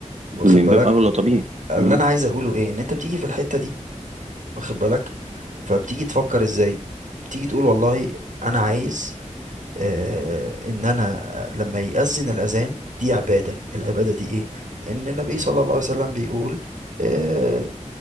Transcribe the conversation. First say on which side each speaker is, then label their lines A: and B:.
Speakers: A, on the right; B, on the right.
A: واخد
B: من
A: بالك
B: باب اولى طبيعي
A: اللي
B: مم.
A: انا عايز اقوله ايه ان انت بتيجي في الحته دي واخد بالك فبتيجي تفكر ازاي بتيجي تقول والله انا عايز آه ان انا لما يأذن الاذان دي عباده العباده دي ايه ان النبي صلى الله عليه وسلم بيقول آه